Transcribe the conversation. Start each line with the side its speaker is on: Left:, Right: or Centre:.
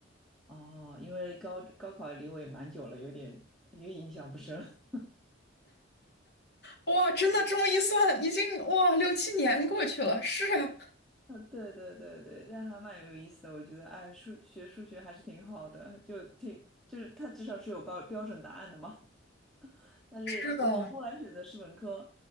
Centre: 哦，因为高高考离我也蛮久了，有点有点印象不深了 <laughs>
Left: 哇，真的这么一算，已经哇六七年过去了。是啊，
Centre: 啊，对对对对，但还蛮有意思的。我觉得，哎，数学数学还是挺好的，就挺就是它至少是有标标准答案的嘛。<laughs> 但是我后来选的是文科，
Left: <laughs> 是的，